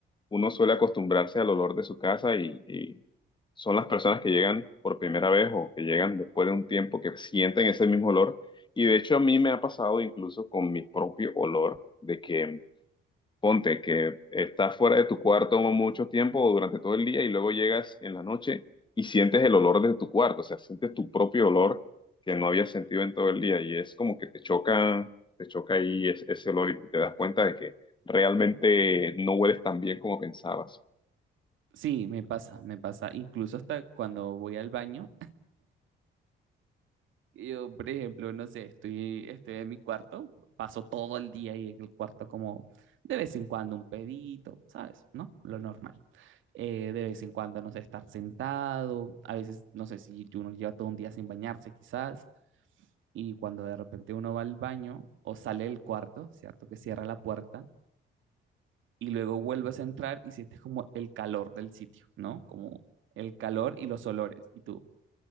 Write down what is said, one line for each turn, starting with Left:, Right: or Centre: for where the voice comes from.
Left: uno suele acostumbrarse al olor de su casa y, y son las personas que llegan por primera vez o que llegan después de un tiempo que sienten ese mismo olor. Y de hecho a mí me ha pasado incluso con mi propio olor, de que Ponte que estás fuera de tu cuarto mucho tiempo o durante todo el día y luego llegas en la noche y sientes el olor de tu cuarto, o sea, sientes tu propio olor que no habías sentido en todo el día y es como que te choca, te choca ahí es- ese olor y te das cuenta de que realmente no hueles tan bien como pensabas.
Right: Sí, me pasa, me pasa, incluso hasta cuando voy al baño, <laughs> yo, por ejemplo, no sé, estoy, estoy en mi cuarto, paso todo el día ahí en el cuarto como de vez en cuando un pedito, ¿sabes? ¿No? Lo normal. Eh, de vez en cuando, no sé, estar sentado, a veces, no sé si uno lleva todo un día sin bañarse quizás, y cuando de repente uno va al baño o sale del cuarto, ¿cierto? Que cierra la puerta y luego vuelves a entrar y sientes como el calor del sitio, ¿no? Como el calor y los olores. Y tú,